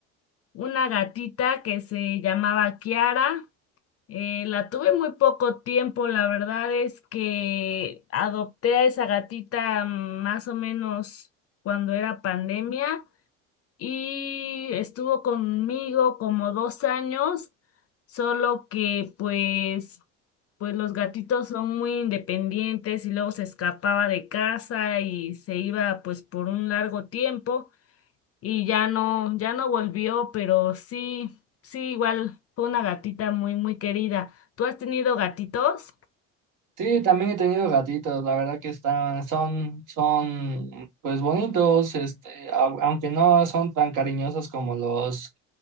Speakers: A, on the left; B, on the right.
A: una gatita que se llamaba Kiara. Eh, la tuve muy poco tiempo, la verdad es que adopté a esa gatita mm, más o menos cuando era pandemia y estuvo conmigo como dos años, solo que pues, pues los gatitos son muy independientes y luego se escapaba de casa y se iba pues por un largo tiempo y ya no, ya no volvió, pero sí, sí, igual fue una gatita muy, muy querida. ¿Tú has tenido gatitos?
B: Sí, también he tenido gatitos, la verdad que están, son, son, pues bonitos, este, au- aunque no son tan cariñosos como los,